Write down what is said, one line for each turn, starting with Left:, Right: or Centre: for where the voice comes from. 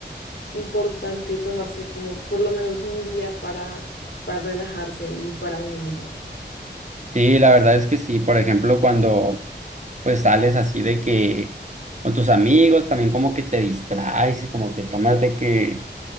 Left: importante tomarse como por lo menos un día para, para relajarse y para uno mismo.
Right: sí, la verdad es que sí, por ejemplo, cuando pues sales así de que con tus amigos, también como que te distraes, y como que tomas de que